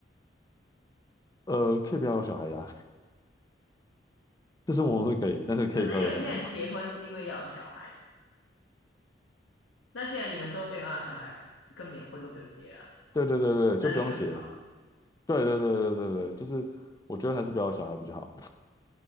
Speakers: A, on the left; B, on the left.
A: 呃，可以不要有小孩呀、<laughs> 这是我们是可以，但是可以不要有小孩吗？
B: 可是有些人结婚是因为要有小孩，那既然你们都没有要有小孩，根本连婚都不用结了，
A: <laughs> 对对对对，
B: 男女朋友就好了。
A: 就不用结。对对对对对对，就是我觉得还是不要有小孩比较好。